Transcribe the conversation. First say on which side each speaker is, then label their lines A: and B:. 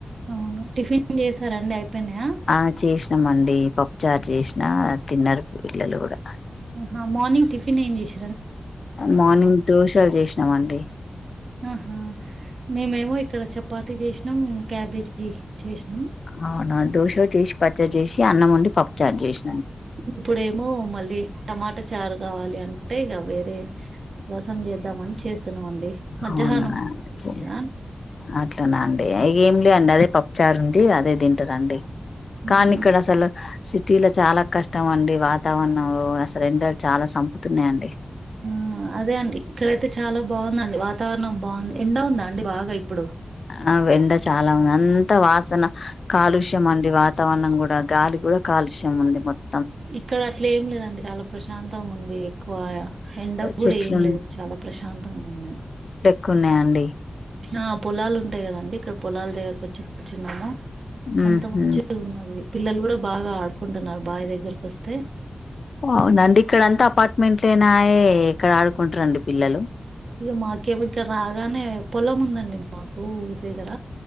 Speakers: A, on the right (about 75°); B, on the left (about 65°).
A: అవును టిఫిన్ చేసారండి అయిపోయినాయా
B: ఆ చేసినమండి పప్పుచార్ చేసిన తిన్నారు పిల్లలు కూడా
A: హ మార్నింగ్ టిఫన్ ఏం చేస్
B: మార్నింగ్ దోషాలు చేసినామండి
A: ఆహా మీ మేమో ఇక్కడ చపాతిీ చేసినాం క్యాబేజీ చేసినాం.
B: అవునా దోస చేసి పచ్చడి చేసి అన్నం వండి పప్పుచారు చేస్
A: ఇప్పుడేమో మళ్ళీ టమాటా చారు కావాలి అంటే ఇగ వేరే రస్ ం చేద్దామని చేస్తున్నామండి మధ్యాహ్నం
B: అవునా
A: చేసినా
B: చె అట్లానా అండి ఇగ ఎం లే అండి అదే పప్పుచారు ఉం ది అదే తింటరండి
A: హుహు.
B: కానీ ఇక్కడ అసలు సి సిటీల చాలా కష్టం అండి వాతావరణం ఓ అసలు ఎండలు చాలా చంపుతున్నాయండి
A: హు అదే అండి ఇక్కడయితే చాలా బాగుందండి వాతావరణం బావుంది ఎండవుందా అండి బాగా ఇప్పుడు
B: ఆ ఎండ చాలా ఉంది అంత వాసన కాలుష్యం అండి వాతావరణం కూడా గాలి కూడా కా కల్షియం ఉంది మొత్
A: ఇక్కడ అట్లే ఏం లేదండి చాల ప్రశాంతంగా ఉంది ఎక్కువ ఎండ
B: చెట్లు
A: కూడా ఏం లేదు చాలా ప్రశాంతంగా ఉంది
B: కున్నాయండి
A: ఆ పొలాలు ఉంటాయి కదండి ఇక్కడ పొలాల దగ్గరకి వచ్చి కూర్చున్నాము
B: ఉహు
A: అంత మంచిగ ఉన్నది పిల్లలు కూడా బాగా ఆడుకుంటున్నారు బావి దగ్గరికొస్తే
B: అవునండి ఇక్కడ అంత అపార్ట్మెంట్లనాయే ఇక్కడ ఆడుకుంటారండి పిల్లలు
A: ఇక మాకేమి ఇక్కరాగానే పొలం ఉందండి మాకు. ఊరి దగ్గర